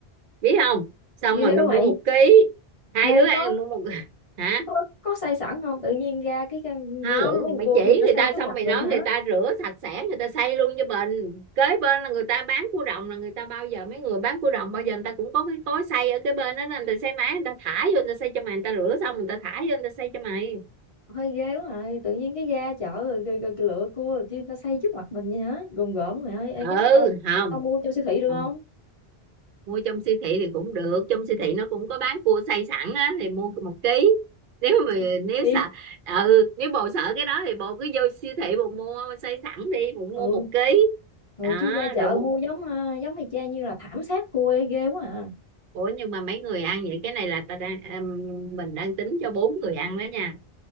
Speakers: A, on the right; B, on the left.
A: biết không xong
B: Ghê
A: rồi mày
B: quá
A: mua
B: mày.
A: một ký hai
B: Ê
A: đứa ăn
B: có
A: mua một <laughs> hả
B: có có xay sẵn không? Tự nhiên ra cái, cái
A: không
B: lửa mấy con
A: mày
B: cua
A: chỉ
B: kia người ta
A: người
B: xay
A: ta
B: trước
A: xong
B: mặt
A: mày
B: mình
A: nói
B: hả?
A: người ta rửa sạch sẽ người ta xây luôn cho mình kế bên là người ta bán cua đồng là người ta bao giờ mấy người bán cua đồng bao giờ người ta cũng có cái cối xay ở cái bên đó nên người ta xây máy người ta thả vô người ta xây cho mày người ta rửa xong người ta thả vô người ta xây cho mày
B: hơi ghê quá rồi tự nhiên cái ga chợ rồi, rồi, rồi, rồi lựa cua rồi kia người ta xây trước mặt mình vậy hả gồm gồm mày ơi Ê,
A: ừ
B: cái đó tao
A: không
B: tao mua cho siêu thị được
A: không
B: không
A: mua trong siêu thị thì cũng được trong siêu thị nó cũng có bán cua xay sẵn á thì mua một ký nếu
B: mua
A: mà
B: siêu thị
A: nếu
B: đi
A: sợ ừ nếu bộ sợ cái đó thì bộ cứ vô siêu thị bộ mua xay sẵn đi bồ mua
B: ừ
A: một ký
B: ừ
A: đó
B: chứ ra chợ
A: rồi bộ
B: mua giống ờ, giống mày cha như là thảm sát cua ấy, ghê quá à
A: Ủa nhưng mà mấy người ăn vậy cái này là ta đang em, mình đang tính cho bốn người ăn đó nha